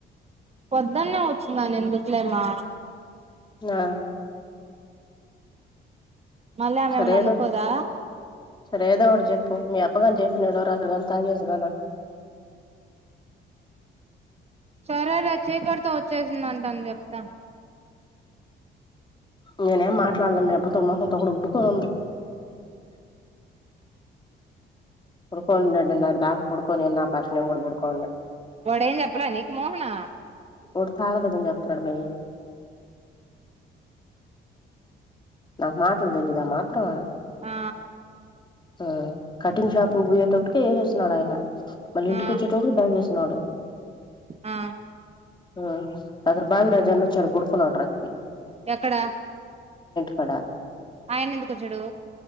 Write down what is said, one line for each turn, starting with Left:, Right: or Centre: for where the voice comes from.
Right: పొద్దున్నే వచ్చిందని ఎందుకులే మా
Left: నా
Right: మళ్ళీ ఆమె
Left: సరే
Right: ఏమన్నా అనుకోదా
Left: ఏదో సరే ఏదో ఒకటి చెప్పు మీ అబ్బాగాని చెప్పినాడు రాత్రికి కాఫీ చేసుకురానా
Right: సరేలే చికటితో వచ్చేసిందంటా అని చెప్తా
Left: నేనేం మాట్లాడలే మీ అబ్బతో మొహంతో కుడ ఉబ్బుకొని ఉంది క్రికోల్డ్డి గారు బాకా పుడుకొని ఉన్న అట్నే నిను కూడా పుడుకోని ఉన్న
Right: వాడేం చెప్పలే నీకు మోహన
Left: వాడు తాగలేదు అని చెప్తున్నాడమై నాక్ మాట్లల్ తెలియదా ఆ మాత్రం
Right: ఆ
Left: ఆ కటింగ్ షాప్ కి బోయేటప్పటికి ఏసేసినాడు అయన మళ్ళీ ఇంటికి
Right: ఆ
Left: వచ్చేటోడు బాగ ఎసినాడు
Right: ఆ
Left: ఆ రాత్రి బాగి రాజ్ అన్న వచ్చడు బోడుకునాడు రాత్రి కి
Right: ఎక్కడ
Left: కడా
Right: ఆయన్న ఎందుకోచ్చడు